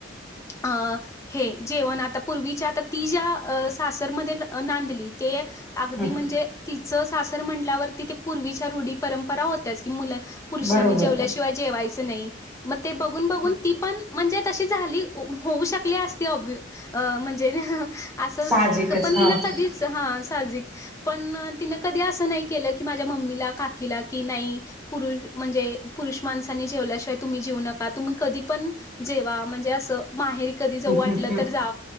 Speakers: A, on the left (about 15°); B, in the centre.
A: आं हे जेवण आता पूर्वीच्या आता ती ज्या सासरमध्ये नांदली ते अगदी
B: हम्म
A: म्हणजे तिचं सासर म्हटल्यावरती ते पूर्वीच्या रूढी परंपरा होत्याच की मुलं पुरुषांनी
B: बरोबर
A: जेवल्याशिवाय जेवायचं नाही मग ते बघून बघून ती पण म्हणजे तशी झाली होऊ शकली असती अ म्हणजे असं
B: साहजिकच
A: पण
B: हा
A: तिन
B: हम्म
A: कधीच हा साजिक पण तिन कधी असं नाही केलं की माझ्या मम्मीला काकीला कि नाही पुरु म्हणजे पुरुष माणसानी जेवल्याशिवाय तुम्ही जेवू नका तुम्ही कधी पण जेवा म्हणजे असं माहेरी कधी जाऊ वाटलं
B: हम्म हम्म
A: तर जा